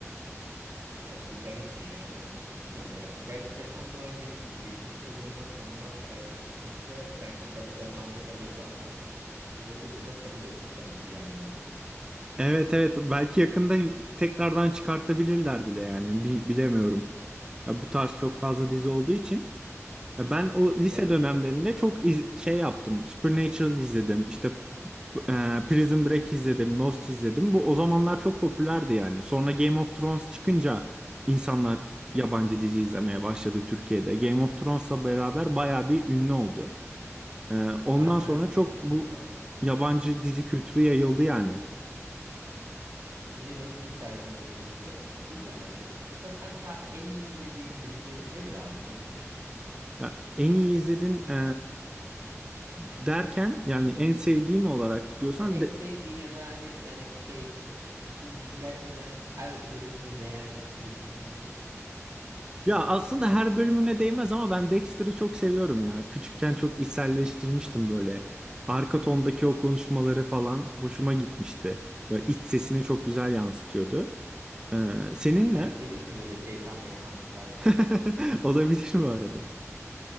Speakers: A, on the right (about 65°); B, on the right (about 15°).
A: Abi bu garipti ya ben bilmiyorum ya gerçekten tam da olarak dediğin gibi beşinci sezondan sonra e, bitse bence tadı damağında kalırdı ama uzata uzata sakız etmişler gibi geldi bana bir tık.
B: Evet evet belki yakında tekrardan çıkartabilirler bile yani Bi- bilemiyorum. Ya bu tarz çok fazla dizi olduğu için ya ben o lise
A: Olabilir
B: dönemlerinde
A: ya.
B: çok iz- şey yaptım. Supernatural izledim. işte e, Prison Break izledim, Lost izledim. Bu o zamanlar çok popülerdi yani. Sonra Game of Thrones çıkınca insanlar yabancı dizi izlemeye başladı Türkiye'de. Game of Thrones'la beraber bayağı bir ünlü oldu. E, ondan
A: Aynen
B: sonra çok
A: Game of Thrones'da
B: bu yabancı dizi kültürü yayıldı yani.
A: bir de Netflix hayatımıza girince bilmiyorum ben. Se- Mesela sen e, abi en iyi izlediğin dizi nedir abi senin?
B: Ya en iyi izledin e, derken yani en sevdiğim olarak diyorsan
A: Ya en
B: de-
A: sevdiğin ya da hani yani şey bu dizi gerçekten her bölümüne değer dediğin dizi.
B: ya aslında her bölümüne değmez ama ben Dexter'ı çok seviyorum ya. Küçükken çok içselleştirmiştim
A: Hmm.
B: böyle. Arka tondaki o konuşmaları falan hoşuma gitmişti. Böyle iç sesini çok güzel yansıtıyordu. Ee, senin ne?
A: Sen seviyorsun böyle şeytan meytan tarzı.
B: <laughs> Olabilir bu arada.